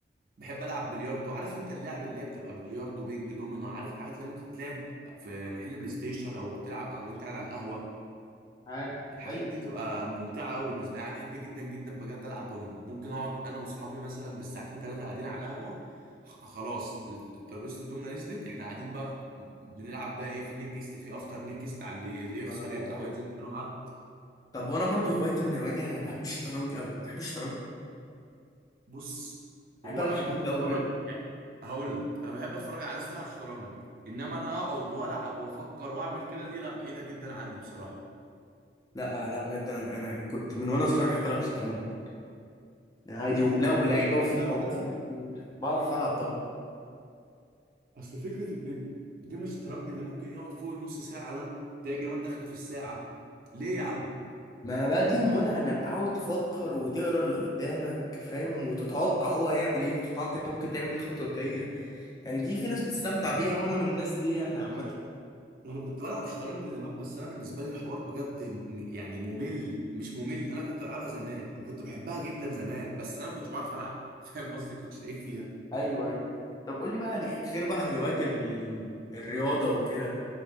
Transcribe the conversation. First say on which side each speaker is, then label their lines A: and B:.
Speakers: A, on the right (about 50°); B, on the left (about 20°).
A: بحب العب بلياردو عارف انت اللعب اللي هي بتبقى بلياردو بينج دومينو عارف الحاجات اللي ممكن تلعب في محل بلاي ستيشن او تلعب وانت قاعد على القهوه
B: عارف
A: الحاجات
B: ايوه
A: دي تبقى ممتعه قوي بالنسبه لي انا بحب جدا جدا بجد العب دومينو ممكن اقعد انا واصحابي مثلا بالساعتين ثلاثه قاعدين على القهوه خ- خلاص ترابيزه الدومنه نزلت احنا قاعدين بقى بنلعب بقى ايه في نيكست في افتر نيكست على اللي اللي يخسر
B: ف- آه.
A: يطلع وينزل مكانه حد
B: طب وانا برضو هوايتي من هواياتي يعني انا بحب الشطرنج قوي بتحب الشطرنج
A: بص
B: بحب
A: هو
B: العب
A: انا
B: شطرنج
A: بحب اتفرج
B: قوي بجد
A: هقول لك انا بحب اتفرج على ناس بتلعب شطرنج انما انا اقعد والعب وافكر واعمل كده دي لا بعيده جدا عني بصراحه
B: لا لا بجد انا انا كنت من وانا صغير بحب العب شطرنج عادي
A: جدا يعني
B: لا ولعيبه
A: يعني
B: وفيها
A: بتعرف
B: وبكسب
A: تلعب
B: كتير بعرف العب طبعا
A: اصل فكره ان جيم الشطرنج اللي ممكن يقعد فوق النص ساعه ده تلاقي جيمات داخله في الساعه ليه يا عم
B: ما بقى دي المتعه انك تحاول تفكر وتقرا اللي قدامك فاهم وتتوقع هو هيعمل ايه وتتوقع انت ممكن تعمل ايه الخطوه الجايه يعني دي في ناس بتستمتع بيها وانا من الناس دي يعني عامه
A: انا كنت بلعب شطرنج زمان بس انا بالنسبه لي الحوار بجد م- يعني ممل مش ممل انا كنت بلعبها زمان وكنت بحبها جدا زمان بس انا ما كنتش بعرف العب <laughs> فاهم قصدي كنتش لعيب فيها
B: ايوه ايوه طب قول لي بقى يعني غير بقى هوايات ال- الرياضه وكده